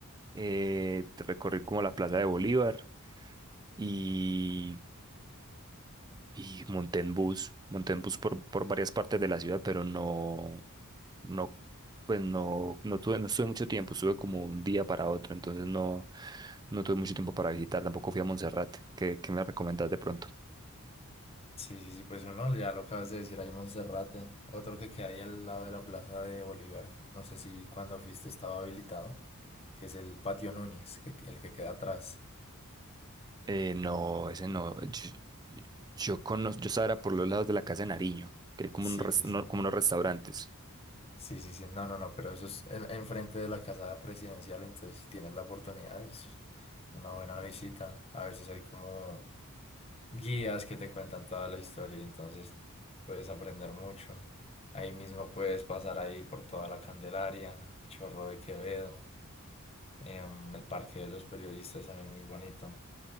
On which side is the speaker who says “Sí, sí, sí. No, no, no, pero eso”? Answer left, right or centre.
Left